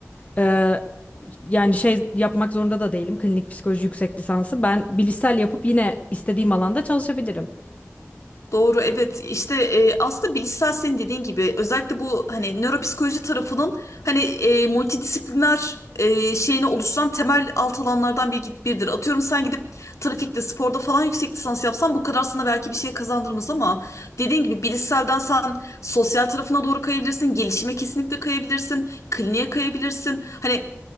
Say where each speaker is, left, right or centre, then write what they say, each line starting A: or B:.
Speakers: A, on the left (about 25°); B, on the left (about 75°).
A: Ee, yani şey yapmak zorunda da değilim. Klinik psikoloji yüksek lisansı. Ben bilişsel yapıp yine istediğim alanda çalışabilirim.
B: Doğru evet işte e, aslında bilişsel senin dediğin gibi özellikle bu hani nöropsikoloji tarafının hani e, multidisipliner e, şeyini oluşturan temel alt alanlardan bir, biridir. Atıyorum sen gidip trafikte sporda falan yüksek lisans yapsan bu kadar sana belki bir şey kazandırmaz ama dediğin gibi bilişselden sen sosyal tarafına doğru kayabilirsin, gelişime kesinlikle kayabilirsin, kliniğe kayabilirsin. Hani